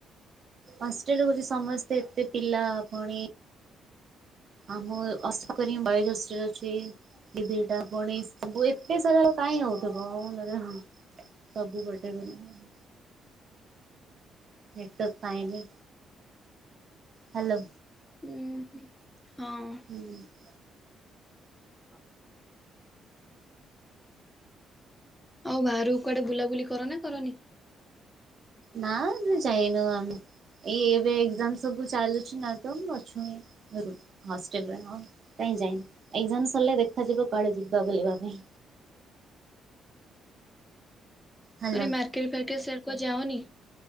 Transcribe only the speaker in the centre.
ଉଁ ହୁଁ ହଁ।
ହ ଆଉ ବାହାରକୁ କୁଆଡେ ବୁଲାବୁଲି କର ନା କରନି?
ମାନେ ମାର୍କେଟ ଫାର୍କେଟ ସେଆ କୁଆଡ଼ ଯାଅନି।